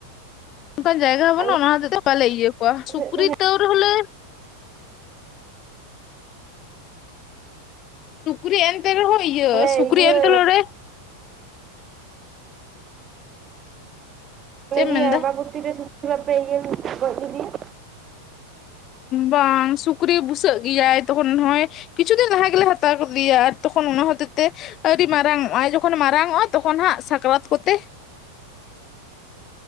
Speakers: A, on the left (about 35°); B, on the right (about 25°).
A: ᱚᱱᱠᱟᱱ ᱡᱟᱭᱜᱟ
B: ᱟᱞᱮ
A: ᱵᱟᱹᱱᱩᱜᱼᱟ ᱚᱱᱟ ᱦᱚᱛᱮᱛᱮ ᱵᱟᱞᱮ ᱤᱭᱟᱹ ᱠᱚᱣᱟ ᱥᱩᱠᱨᱤ
B: ᱥᱮᱫ ᱫᱚ
A: ᱛᱟᱹᱣ ᱨᱮᱦᱚ ᱞᱮ ᱥᱩᱠᱨᱤ ᱮᱱᱛᱮ ᱨᱮᱦᱚᱸ ᱤᱭᱟᱹ
B: ᱟᱞᱮ
A: ᱥᱩᱠᱨᱤ
B: ᱤᱭᱟᱹ
A: ᱮᱱᱛᱮᱞᱚ ᱨᱮ
B: ᱢᱮᱱ
A: ᱪᱮᱫ ᱮᱢ
B: ᱫᱤᱱ
A: ᱢᱮᱱᱫᱟ
B: ᱟᱵᱟᱵᱩᱛᱤ <inaudible> ᱜᱚᱡ ᱞᱮᱫᱮᱭᱟ
A: ᱵᱟᱝ ᱥᱩᱠᱨᱤ ᱵᱩᱥᱟᱹᱜ ᱜᱮᱭᱟᱭ ᱛᱚᱠᱷᱚᱱ ᱱᱚᱜᱚᱭ ᱠᱤᱪᱷᱩ ᱫᱤᱱ ᱞᱟᱦᱟ ᱜᱮᱞᱮ ᱦᱟᱛᱟᱣ ᱠᱮᱫᱮᱭᱟ ᱟᱨ ᱛᱚᱠᱷᱚᱱ ᱚᱱᱟ ᱦᱚᱛᱮᱡ ᱛᱮ ᱟᱹᱣᱨᱤ ᱢᱟᱨᱟᱝᱚᱜ ᱟᱭ ᱡᱚᱠᱷᱚᱱ ᱢᱟᱨᱟᱝᱚᱜᱼᱟ ᱛᱚᱠᱷᱚᱱ ᱦᱟᱸᱜ ᱥᱟᱠᱨᱟᱛ ᱠᱚᱛᱮ